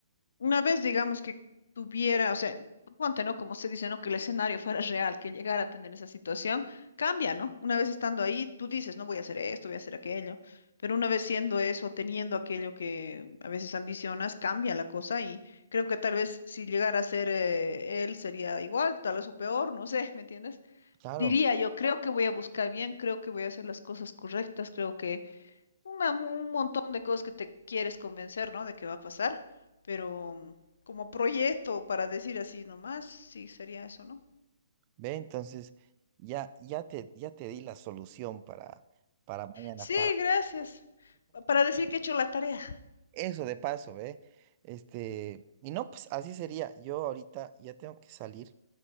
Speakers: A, on the left; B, on the right.
A: una vez, digamos, que tuviera, o sea, ponte, ¿no? Como se dice, ¿no? Que el escenario fuera real, que llegara a tener esa situación, cambia, ¿no? Una vez estando ahí, tú dices, no voy a hacer esto, voy a hacer aquello, pero una vez siendo eso, teniendo aquello que a veces ambicionas, cambia la cosa y creo que tal vez si llegara a ser eh, él sería igual, tal vez o peor, no sé, <laughs> ¿me entiendes?
B: claro.
A: Diría yo, creo que voy a buscar bien, creo que voy a hacer las cosas correctas, creo que una- un montón de cosas que te quieres convencer, ¿no? De que va a pasar, pero mm, como proyecto, para decir así nomás, sí, sería eso, ¿no?
B: Ve, entonces ya, ya te, ya te di la solución para, para mañana,
A: Sí,
B: para
A: gracias. Pa- Para decir que he hecho la tarea.
B: eso de paso, ve. Este, y no, pues así sería. Yo ahorita ya tengo que salir.